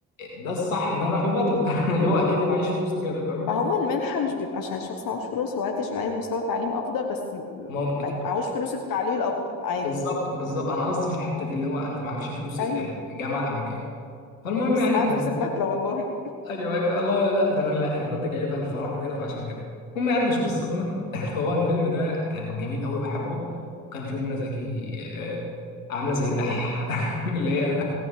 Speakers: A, on the left; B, on the left.
A: ده الصح ان انا رايح ببدله <laughs> اللي هو اكني معيش فلوس وكده فاهم
B: فهو المنحة مش بيبقى عشان الشخص معهوش فلوس هو عادي عشان عايز مستوى تعليم أفضل بس م-
A: ممكن
B: م- معهوش فلوس التعليم الأفضل عادي
A: بالظبط بالظبط انا قصدي في الحته دي اللي هو انت معكش فلوس
B: أيوة
A: الجامعه الامريكيه فالمهم
B: بس
A: يعني
B: معاه
A: كان
B: فلوس البدلة والله
A: ايوه ايوه الله لا لا ده انا لا انا كنت جايبها الفرح وكده فعشان كده المهم يعني مش قصتنا <laughs> فهو الفيلم ده كان جميل قوي بحبه وكان فيه منى زكي آه، عامله زي
B: اه
A: الدحيحه <laughs> اللي هي